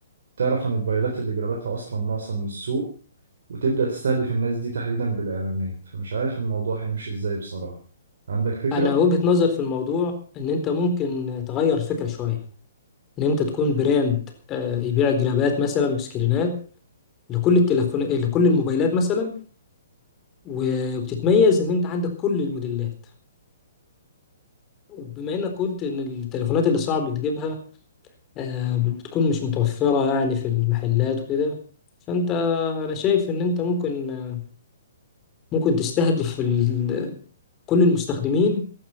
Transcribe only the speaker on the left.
انا وجهة نظر في الموضوع ان انت ممكن تغير الفكرة شوية ان انت تكون براند آه، يبيع جرابات مثلا وسكرينات لكل التليفون لكل الموبايلات مثلا وبتتميز ان انت عندك كل الموديلات وبما انك قلت ان التليفونات اللي صعب تجيبها آه، بتكون مش متوفرة يعني في المحلات وكده فأنت أنا شايف إن أنت ممكن آه، ممكن تستهدف ال- كل المستخدمين